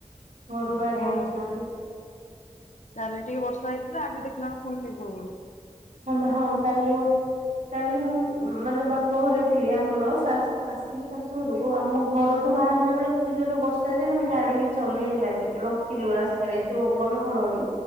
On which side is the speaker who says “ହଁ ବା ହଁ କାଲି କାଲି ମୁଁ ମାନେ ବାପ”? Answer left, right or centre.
Right